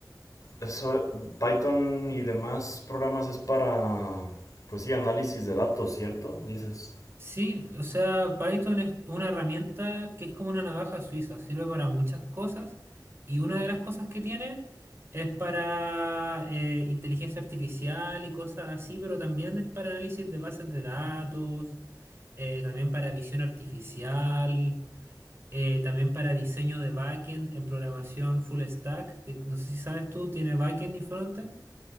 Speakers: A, on the left; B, on the right.
A: Eso, Python y demás programas es para, pues sí, análisis de datos, ¿cierto? Dices.
B: Sí, o sea, Python es una herramienta que es como una navaja suiza, sirve para muchas cosas y una de las cosas que tiene es para eh, inteligencia artificial y cosas así, pero también es para análisis de bases de datos, eh, también para visión artificial. eh, también para diseño de backend en programación full stack, que no sé si sabes tú, ¿tiene backend y frontend?